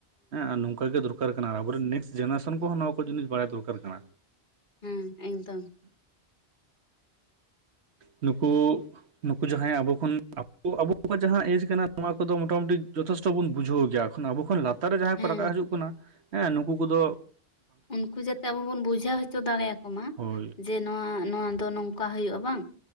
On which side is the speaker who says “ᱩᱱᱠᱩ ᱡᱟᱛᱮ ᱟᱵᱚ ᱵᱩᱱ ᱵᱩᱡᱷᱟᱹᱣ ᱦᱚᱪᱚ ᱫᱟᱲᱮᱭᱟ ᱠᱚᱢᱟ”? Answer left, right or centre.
Left